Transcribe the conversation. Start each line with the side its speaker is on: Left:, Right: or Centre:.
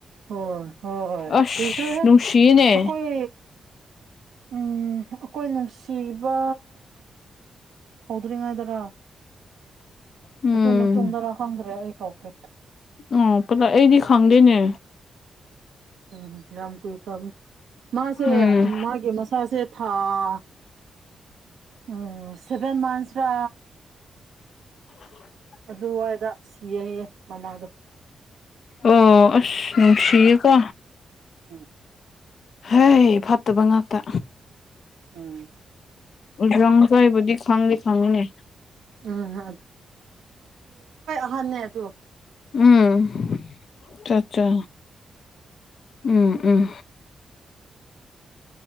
Right: ꯍꯣꯏ ꯍꯣꯏ
Left: ꯑꯁ
Right: ꯀꯨꯏꯈ꯭ꯔꯦꯍꯦ
Left: ꯅꯨꯡꯁꯤꯌꯦꯅꯦ
Right: ꯑꯩꯈꯣꯏ ꯎꯝ ꯑꯈꯣꯏ ꯅꯨꯡꯁꯤꯕ ꯍꯧꯗ꯭ꯔꯤꯉꯩꯗꯔꯥ
Left: ꯎꯝ
Right: ꯑꯗꯨ ꯃꯇꯨꯡꯗꯔꯥ ꯈꯪꯗ꯭ꯔꯦ ꯑꯩ ꯀꯥꯎꯈ꯭ꯔꯦ
Left: ꯎꯝ ꯄꯨꯂꯞ ꯑꯩꯗꯤ ꯈꯪꯗꯦꯅꯦ
Right: ꯎꯝ ꯌꯥꯝ ꯀꯨꯏꯈ꯭ꯔꯕꯅꯤ ꯃꯥꯁꯦ
Left: ꯎꯝ
Right: ꯃꯥꯒꯤ ꯃꯁꯥꯁꯦ ꯊꯥ ꯑꯥ ꯎꯝ ꯁꯦꯚꯦꯟ ꯃꯟꯁ ꯔꯥ
Left: ꯂꯧꯁꯤꯟꯕ ꯉꯝꯗꯕ
Right: ꯑꯗꯨꯋꯥꯏꯗ ꯁꯤ ꯒꯤꯍꯥꯏꯌꯦ ꯃꯃꯥꯗꯣ
Left: ꯑꯣ ꯑꯁ ꯅꯨꯡꯁꯤꯌꯦꯀꯣ
Right: ꯎꯝ
Left: ꯍꯩ ꯐꯠꯇꯕ ꯉꯥꯛꯇ
Right: ꯎꯝ
Left: ꯔꯪꯖꯥꯏꯕꯨꯗꯤ ꯈꯪꯗꯤ ꯈꯪꯉꯤꯅꯦ
Right: ꯎꯝ ꯑꯍꯥꯟꯅꯦ ꯑꯗꯨ
Left: ꯎꯝ ꯑꯆꯥ ꯑꯆꯥ ꯎꯝ ꯎꯝ